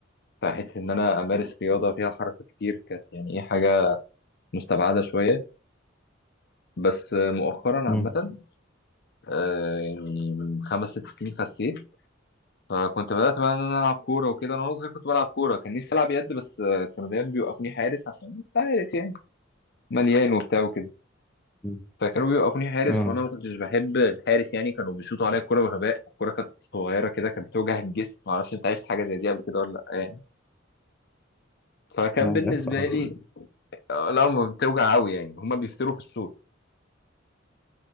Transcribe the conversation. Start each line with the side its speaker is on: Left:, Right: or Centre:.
Left: فحيث إن أنا أمارس رياضة فيها حركة كتير كانت يعني إيه حاجة مستبعدة شوية بس مؤخرا
Centre: مم.
Left: عامة آه، يعني من خمس ست سنين خسيت فكنت بدأت بقى إن أنا ألعب كورة وكده أنا وأنا صغير كنت بلعب كورة كان نفسي ألعب يد بس آه، كانوا دايما بيوقفوني حارس عشان أنت عارف يعني مليان وبتاع وكده
Centre: مم.
Left: فكانوا بيوقفوني حارس
Centre: اه
Left: وأنا ما كنتش بحب الحارس يعني كانوا بيشوطوا عليا الكورة بغباء الكورة كانت صغيرة كده كانت بتوجع الجسم معرفش أنت عشت حاجة زي دي قبل كده ولا لأ يعني فكان
Centre: انا
Left: بالنسبة
Centre: عارف اه
Left: لي آه، لا ما بتوجع أوي يعني هما بيفتروا في الصوت